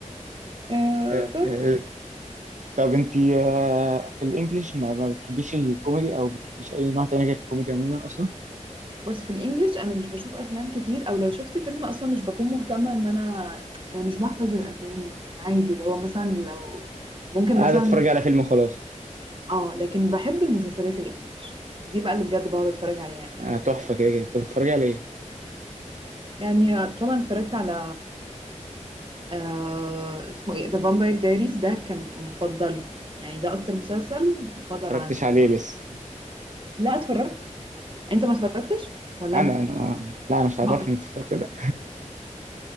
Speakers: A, on the right; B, on the right.
A: آه
B: آه،
A: بس
B: آه، طب انت آه، في الانجليش ما ما بتحبيش الكوميدي او بتحبيش اي نوع تاني غير الكوميدي عموما اصلا
A: بس في الانجليش انا مش بشوف افلام كتير او لو شفت فيلم اصلا مش بكون مهتمه ان انا يعني مش بحفظ الاسامي يعني عادي لو مثلا لو ممكن
B: قاعدة
A: مثلا
B: اتفرج على فيلم وخلاص
A: اه لكن بحب المسلسلات الانجليش دي بقى اللي بجد بقعد اتفرج عليها يعني
B: آه، تحفة كده كده طب بتتفرجي على ايه؟ ما
A: يعني طبعا اتفرجت على آه اسمه ايه ذا فامباير دايريز ده كان مفضلي يعني ده اكتر مسلسل مفضل
B: اتفرجتش
A: عندي
B: عليه لسه
A: لا اتفرجته انت ما اتفرجتش ولا
B: انا
A: انا
B: انا آه. لا مش عرفني
A: <laughs> اه
B: انت اتفرجت ولا